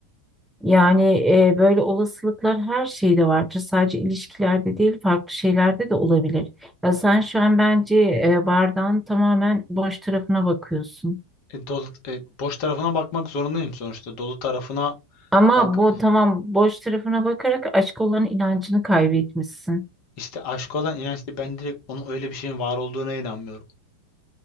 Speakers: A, in the centre; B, on the left (about 45°).
A: Yani e, böyle olasılıklar her şeyde vardır. Sadece ilişkilerde değil farklı şeylerde de olabilir. Ya sen şu an bence e, bardağın tamamen boş tarafına bakıyorsun.
B: E, dolu, e, boş tarafına bakmak zorundayım sonuçta. Dolu tarafına
A: Ama
B: bak
A: bu tamam boş tarafına bakarak aşk olan inancını kaybetmişsin.
B: işte aşk olan inançlı ben direkt onun öyle bir şeyin var olduğuna inanmıyorum.